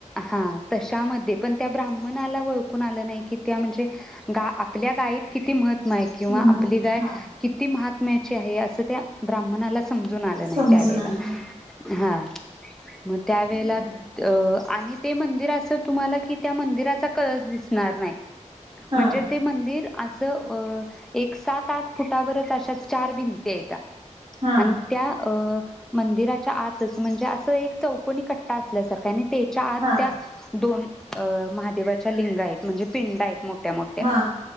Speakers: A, in the centre; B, on the right (about 40°).
A: हा तशामध्ये पण त्या ब्रम्हणाला ओळखून आलं नाही की त्या म्हणजे गा आपल्या गायत किती मह किंवा
B: महात्मा
A: आपली गाय
B: हा
A: किती महा आहे असं त्या ब्राम्हणाला समजून आलं नाही
B: समजून
A: त्या वेळेला
B: आलं नाही
A: हा मग त्या वेळेला
B: बरोबर
A: आणि ते मंदिर असं तुम्हाला कि त्या मंदिराचा कळस दिसणार नाही
B: हा
A: म्हणजे ते मंदिर असं अ एक सात आठ फुटावरच अशा चार भिंत्या येत्या
B: हा
A: आणि त्या अ मंदिराच्या आतच म्हणजे अस एक चौकनी कट्टा असल्यासारख्या त्याच्या आत
B: हा
A: त्या दोन अ महादेवाच्या लिंगा आहेतः पिंडा आहेत मोठ्या मोठ्या
B: हा